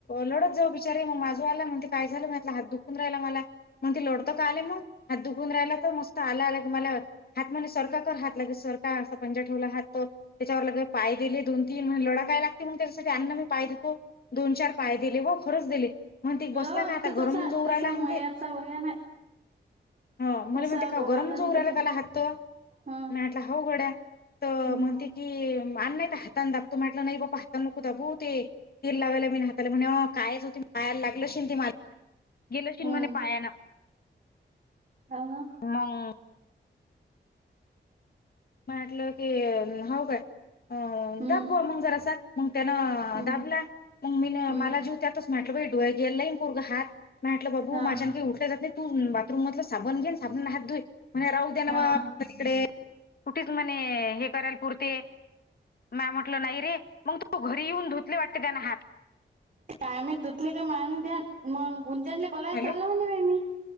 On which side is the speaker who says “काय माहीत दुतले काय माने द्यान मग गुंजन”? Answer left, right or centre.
Right